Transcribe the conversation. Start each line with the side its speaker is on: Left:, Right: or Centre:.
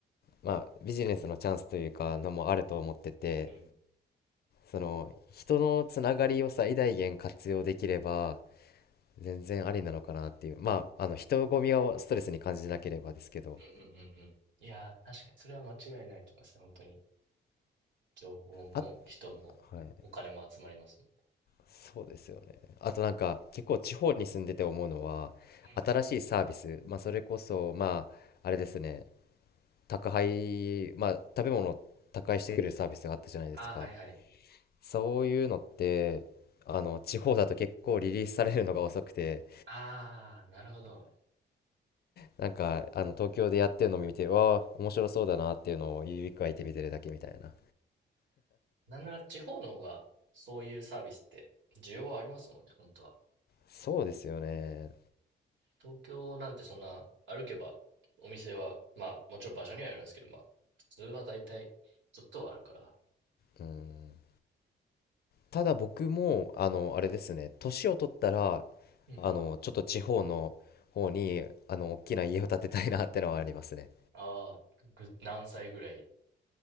Left: まあビジネスのチャンスというかのもあると思ってて
Right: うん。
Left: その人のつながりを最大限活用できれば全然ありなのかなっていうまああの人混みをストレスに感じなければですけど
Right: うんうんうんうん。いやー、確かにそれは間違いないと思いますね、本当に。情報も人もお金も集まります
Left: あはいそうですよねあとなんか結構地方に住んでて思うのは
Right: もん。うん。
Left: 新しいサービスまあそれこそまああれですね宅配、まあ、食べ物を宅配してくれるサービスがあったじゃないですか。
Right: ああ、はいはい。
Left: そういうのって、あの、地方だと結構リリースされるのが遅くて、
Right: ああ、なるほど。
Left: なんか、あの、東京でやってるのを見て、わあ、面白そうだなっていうのを指くわえて見てるだけみたいな。
Right: なんなら地方の方がそういうサービスって需要はありますもんね、本当は。
Left: そうですよね。
Right: 東京なんてそんな歩けばお店は、まあ、もちろん場所にはよりますけど、まあ、普通はだいたいちょっとはあるから。
Left: うん。ただ僕も、あの、あれですね、年を取ったら、
Right: うんうん。
Left: あの、ちょっと地方の方に、あの、大きな家を建てたいなってのはありますね。
Right: ああ、ぐ何歳ぐらい。